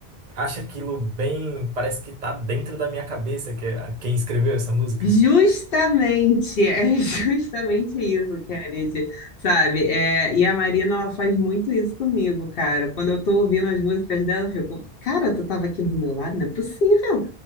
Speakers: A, on the right; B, on the left.
A: acha aquilo bem. Parece que tá dentro da minha cabeça, que é quem escreveu essa música.
B: Justamente, é <laughs> justamente isso, Kennedy, sabe? É, e a Marina, ela faz muito isso comigo, cara. Quando eu tô ouvindo as músicas dela, eu fico, cara, tu tava aqui do meu lado? Não é possível.